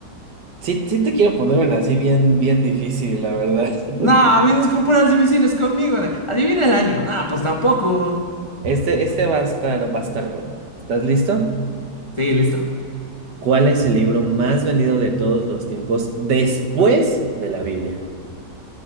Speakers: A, on the right; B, on the left.
A: Sí, sí te quiero poner una así bien, bien difícil, la verdad. <laughs>
B: No, vienes con puras difíciles conmigo. de, Adivina el año. No, pues tampoco.
A: Este, este va a estar, va a estar bueno. ¿Estás listo?
B: Sí, listo.
A: ¿Cuál es el libro más vendido de todos los tiempos después de la Biblia?